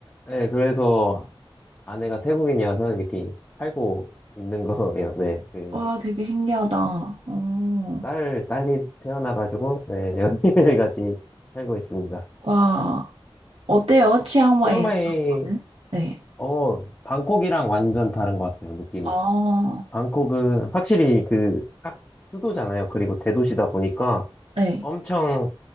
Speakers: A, on the left; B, on the right.
A: 네, 그래서 아내가 태국인이어서 이렇게 살고 있는 거예요. 네, 그리고
B: 와, 되게 신기하다. 어.
A: 딸, 딸이 태어나가지고, 네, <laughs> 여기까지 살고 있습니다.
B: 와. 어때요? 치앙마이에서
A: 치앙마이,
B: 사는 거는? 네.
A: 어, 방콕이랑 완전 다른 것 같아요, 느낌이.
B: 아,
A: 방콕은 확실히 그 딱 수도잖아요. 그리고 대도시다 보니까
B: 네.
A: 엄청